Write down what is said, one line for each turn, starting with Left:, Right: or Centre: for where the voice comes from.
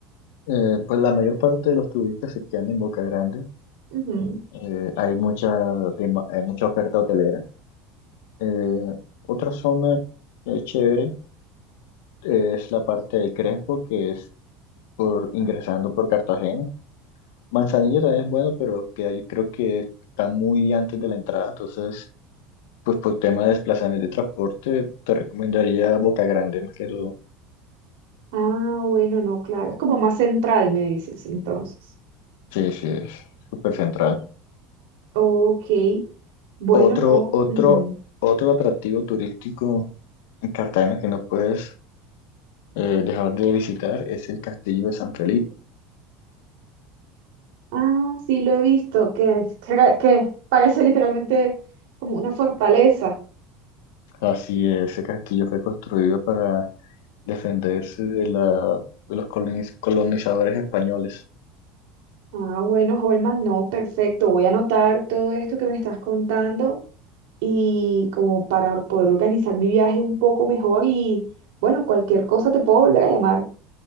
Left: Eh, pues la mayor parte de los turistas se quedan en Boca Grande,
Right: Ujú.
Left: eh, hay mucha, dema- hay mucha oferta hotelera. Eh, otra zona que es chévere es la parte de Crespo, que es por, ingresando por Cartagena. Manzanillo también es bueno, pero que ahí creo que está muy antes de la entrada, entonces, pues por tema de desplazamiento de transporte, te recomendaría Boca Grande más que todo.
Right: Ah, bueno, no, claro. Es como más central, me dices, entonces.
Left: Sí, sí, es súper central.
Right: Ok, bueno,
Left: Otro,
Right: no.
Left: otro,
Right: ujú.
Left: otro atractivo turístico en Cartagena que no puedes eh, dejar de visitar es el Castillo de San Felipe.
Right: Ah, sí, lo he visto, que, es- cra- que parece literalmente como una fortaleza.
Left: Así es, ese castillo fue construido para defenderse de, la, de los coloniz- colonizadores españoles.
Right: Ah, bueno, Holman, no, perfecto. Voy a anotar todo esto que me estás contando y como para poder organizar mi viaje un poco mejor y, bueno, cualquier cosa te puedo volver a llamar.